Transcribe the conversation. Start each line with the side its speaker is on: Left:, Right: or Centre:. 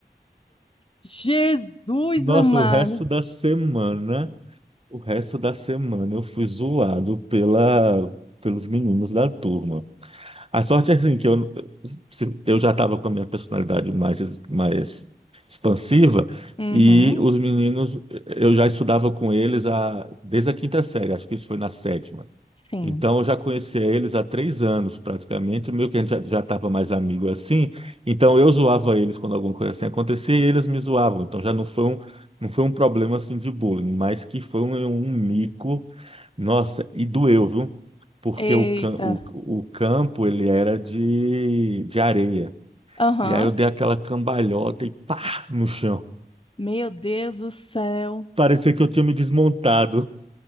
Left: Jesus
Right: Nossa,
Left: amado.
Right: o resto da semana, o resto da semana eu fui zoado pela, pelos meninos da turma. A sorte é assim, que eu, se- eu já estava com a minha personalidade mais, es- mais expansiva
Left: Uhum,
Right: e os meninos, eu já estudava com eles a, desde a quinta série, acho que isso foi na sétima.
Left: sim.
Right: Então, eu já conhecia eles há três anos, praticamente, meio que a gente já já estava mais amigo assim. Então, eu zoava eles quando alguma coisa assim acontecia e eles me zoavam. Então, já não foi um, não foi um problema assim de bullying, mas que foi um, um mico. Nossa, e doeu, viu? Porque
Left: Eita.
Right: o, cam- o, o campo, ele era de, de areia.
Left: Aham.
Right: E aí eu dei aquela cambalhota e pá, no chão.
Left: Meu Deus do céu.
Right: Parecia que eu tinha me desmontado.